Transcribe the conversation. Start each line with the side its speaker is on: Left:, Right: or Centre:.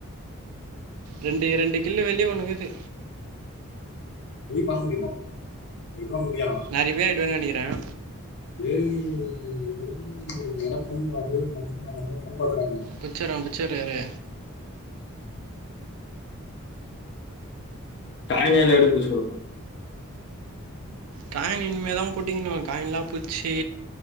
Right: ரெண்டு ரெண்டு கில்லோ வெள்ளி ஒன்னு இக்குது
Left: நீ பண்ண முடியுமா எப்பிட்றா முடியு
Right: நான் ரிவே ஆயிடுவேன்னு நினைக்கிறேன்.
Left: ஏலியன் வெள்ளி எதோ பண்ணிருவான்டு <inaudible> காப்பாத்துறாய்ங்க
Right: பிச்சர்ரா பிச்சர்ரேவே
Left: சாய்ங்காலோ எப்டி புஸ் குடுக்கு
Right: காயின் இன் மே தா புடிக்கணு காயின்லா போய்ச்சி